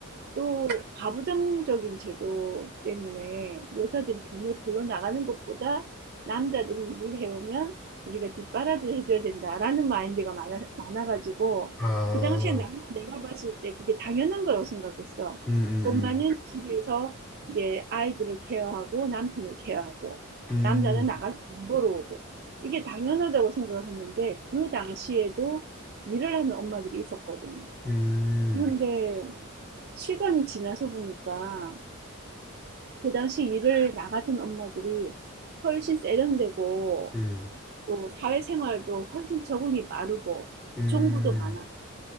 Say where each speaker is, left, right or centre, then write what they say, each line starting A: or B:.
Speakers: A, on the right; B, in the centre.
A: 또 가부장적인 제도 때문에 여자들이 돈을 벌러 나가는 것보다 남자들이 일을 해오면 우리가 뒷바라지를 해줘야 된다라는 마인드가 많아, 많아가지고
B: 아,
A: 그 당시에 나는 내가 봤을 때 그게 당연한 거라고 생각했어.
B: 음, 음,
A: 엄마는 집에서 이제 아이들을 케어하고 남편을 케어하고
B: 음,
A: 남자는 나가서 돈 벌어오고 이게 당연하다고 생각을 했는데 그 당시에도 일을 하는 엄마들이 있었거든.
B: 음,
A: 그런데 시간이 지나서 보니까 그 당시 일을 나 같은 엄마들이 훨씬 세련되고
B: 음,
A: 또 사회생활도 훨씬 적응이 빠르고
B: 음,
A: 정보도 많아.